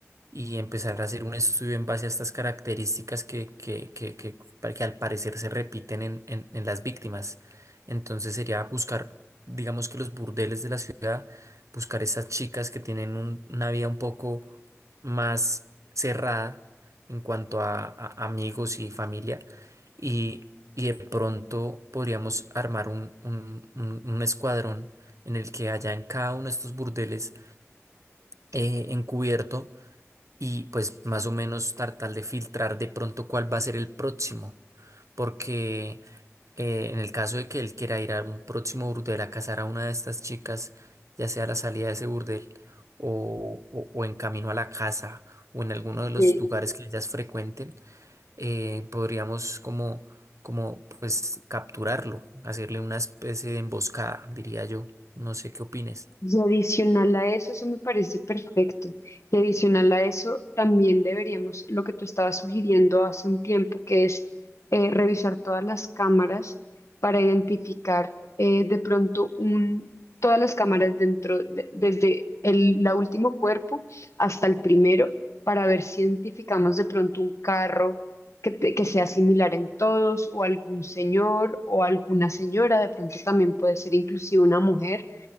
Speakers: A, on the right; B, on the left.
A: y empezar a hacer un estudio en base a estas características que, que, que, que, para- que al parecer se repiten en, en, en las víctimas. Entonces sería buscar, digamos que los burdeles de la ciudad, buscar esas chicas que tienen un- una vida un poco más cerrada en cuanto a a amigos y familia y, y de pronto podríamos armar un, un- un- un escuadrón en el que haya en cada uno de estos burdeles eh, encubierto y pues más o menos tratar de filtrar de pronto cuál va a ser el próximo, porque eh, en el caso de que él quiera ir a un próximo burdel a casar a una de estas chicas, ya sea a la salida de ese burdel o, o o en camino a la casa o en alguno de los
B: Sí.
A: lugares que ellas frecuenten, eh, podríamos como, como pues capturarlo, hacerle una especie de emboscada, diría yo. No sé qué opines.
B: Y adicional a eso, eso me parece perfecto. Y adicional a eso, también deberíamos, lo que tú estabas sugiriendo hace un tiempo, que es eh, revisar todas las cámaras para identificar eh, de pronto un, todas las cámaras dentro, de- desde el la último cuerpo hasta el primero, para ver si identificamos de pronto un carro que, te- que sea similar en todos, o algún señor o alguna señora, de pronto también puede ser inclusive una mujer